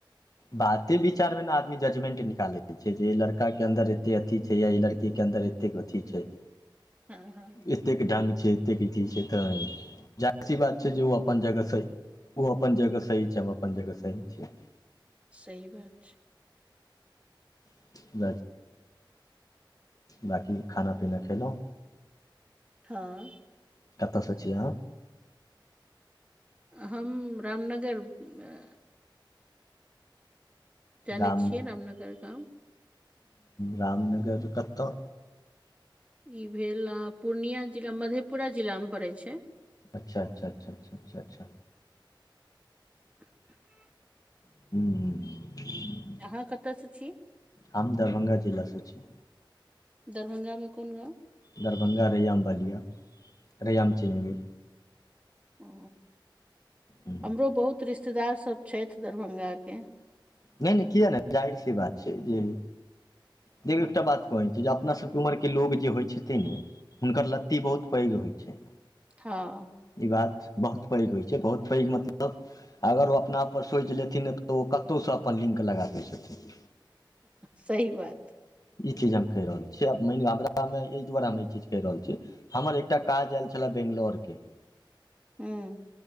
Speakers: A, on the left (about 45°); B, on the right (about 15°).
A: बाते विचार में ने आदमी जजमेंटे निकाले के छै जे लड़का के अन्दर एते अथी छै या लड़की की अन्दर एतेक अथी छै
B: हँ हँ
A: एतेक ढंग छै एतेकथी छै तऽ जाहरी सी बात छै जे ओ अपन जगह से ओहो अपन जगह सही छैम अपन जगह सही छिए
B: सही बात छै
A: <unintelligible> बाकी खाना पीना खेलहु
B: हँ
A: कतऽसँ छि आहाँ
B: हम रामनगर <unintelligible> जानै
A: राम
B: छियै रामनगर गाम
A: रामनगर कत्तऽ
B: ई भेल आहं पूर्णिया जिला मधेपुरा जिला मे पड़ै छै
A: अच्छ अच्छ अच्छ अच्छ अच्छ
B: <inaudible>
A: <inaudible>
B: अहाँ कतयसँ छि
A: हम दरभंगा जिलासँ छि
B: दरभंगा मे कोन गाव
A: दरभंगा रैयाम बलिया रैयाम चिनी
B: <unintelligible>
A: हूँ
B: हमरो बहुत रिश्तेदारसभ छै थ दरभंगाके
A: नाए नाए किया नाए जाहिर सी बात छै जे देखू एकटा बात कहैत छै जे अपना सबके उमर के लोग जे होइत छथिन ने हुनकर लत्ती बहुत पैघ होइ छै
B: हँ
A: ई बात बहुत पैघ होइ छै बहुत पैघ मतलब अगर ओ अपना आप सोचि लेथिन तऽ ओ कतहुसँ अपन लिन्क लगा दै छथिन
B: सी बात
A: ई चीज हम कहि रहल छीयै मान हमरा मे एहि दुआारे हम ई चीज कहि रहल छीयै हमर एकटा काज आयल छल बेंगलोर के
B: हूँ